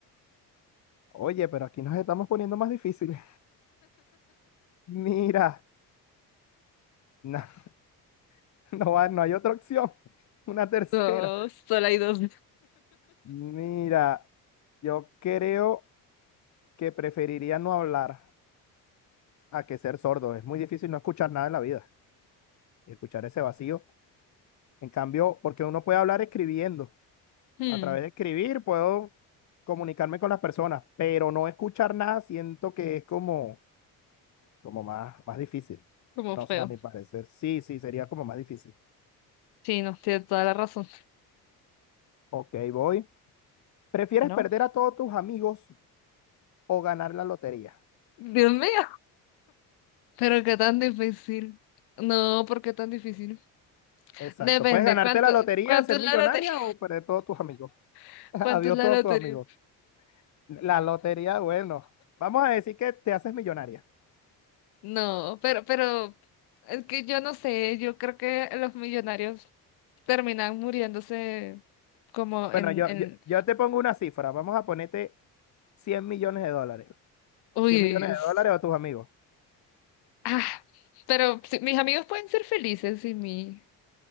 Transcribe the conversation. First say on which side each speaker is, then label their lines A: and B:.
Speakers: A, on the left; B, on the left.
A: Oye, pero aquí nos estamos poniendo más difíciles. <laughs> Mira, no, <laughs> no, va- no hay otra opción. <laughs> Una tercera.
B: No, solo hay dos.
A: Mira, yo creo que preferiría no hablar a que ser sordo. Es muy difícil no escuchar nada en la vida, escuchar ese vacío. En cambio, porque uno puede hablar escribiendo.
B: Hmm,
A: A través de escribir puedo comunicarme con las personas, pero no escuchar nada siento que es como como más, más difícil.
B: como
A: No
B: feo.
A: sé, a mi parecer, sí, sí, sería como más difícil.
B: Sí, no, tiene toda la razón.
A: Ok, voy. ¿Prefieres
B: Bueno,
A: perder a todos tus amigos o ganar la lotería?
B: Dios mío. Pero qué tan difícil. No, ¿por qué tan difícil?
A: Exacto.
B: Depende,
A: Puedes ganarte
B: ¿cuánto,
A: la lotería,
B: cuánto
A: ser
B: es
A: millonaria
B: la lotería?
A: o perder todos tus amigos. <laughs>
B: <laughs>
A: Adiós
B: ¿Cuánto es la
A: todos
B: lotería?
A: tus amigos. La lotería, bueno, vamos a decir que te haces millonaria.
B: No, pero, pero, es que yo no sé, yo creo que los millonarios terminan muriéndose como
A: Bueno,
B: en,
A: yo,
B: en,
A: yo, yo te pongo una cifra. Vamos a ponerte 100 millones de dólares.
B: uy,
A: cien millones
B: es-
A: de dólares a tus amigos.
B: ah, pero sí, mis amigos pueden ser felices sin mí.